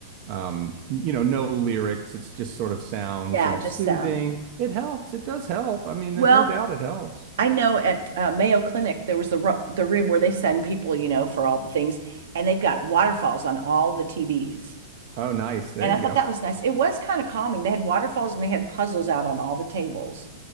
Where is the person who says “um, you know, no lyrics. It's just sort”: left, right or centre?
Right